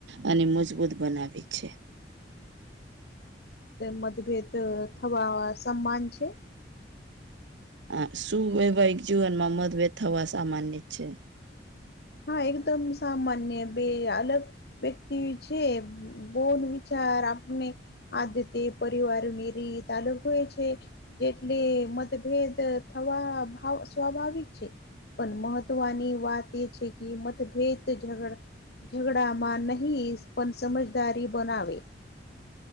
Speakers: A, on the right; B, on the left.
A: અને મજબૂત બનાવે છે
B: મ મતભેદ થવા સમાન છે
A: હ સુું વૈવાહિક જીવનમાં મતભેદ થવા સામાન્ય છે
B: હા એકદમ સામાન્ય બે અલગ વ્યક્તિ છે બોન વિચાર આપને આદ તે પરિવારની રીત અલગ હોય છે જેટલે મતભેદ થવા સ્વાભાવિક છે. પણ મહત્વની વાત એ છે કે. મતભેદ ઝઘડામાં નહીિ પણ સમજદારી બનાવે